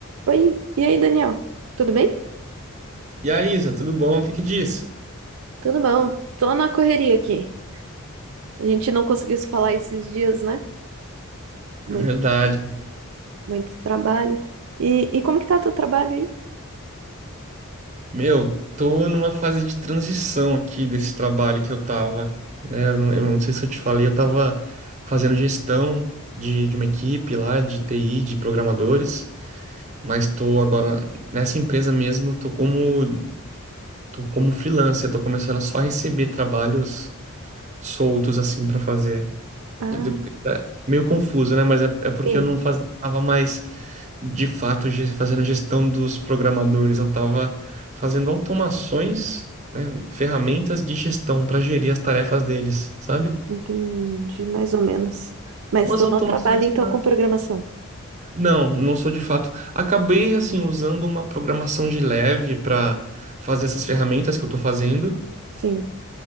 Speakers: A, on the right; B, on the right.
A: Oi, e aí, Daniel? Tudo bem?
B: E aí, Isa, tudo bom? O que que diz?
A: Tudo bom. Tô na correria aqui. A gente não conseguiu se falar esses dias, né? Muito,
B: Verdade.
A: muito trabalho. E, e como que tá teu trabalho aí?
B: Meu, tô numa fase de transição aqui desse trabalho que eu tava, né? Eu não, eu não sei se eu te falei, eu tava fazendo gestão de, de uma equipe lá, de TI, de programadores, mas tô agora nessa empresa mesmo, tô como, tô como freelancer, tô começando a só receber trabalhos soltos assim pra fazer.
A: Ah,
B: Eu- eu- é Meio confuso, né? Mas é, é porque
A: sim,
B: eu não faz, tava mais de fato ge- fazendo a gestão dos programadores, eu estava fazendo automações, né, ferramentas de gestão para gerir as tarefas deles, sabe?
A: entendi mais ou menos. Mas
B: Umas
A: tu
B: automações
A: não trabalha então
B: para.
A: com programação?
B: Não, não sou de fato. Acabei assim usando uma programação de leve para fazer essas ferramentas que eu estou fazendo.
A: Sim.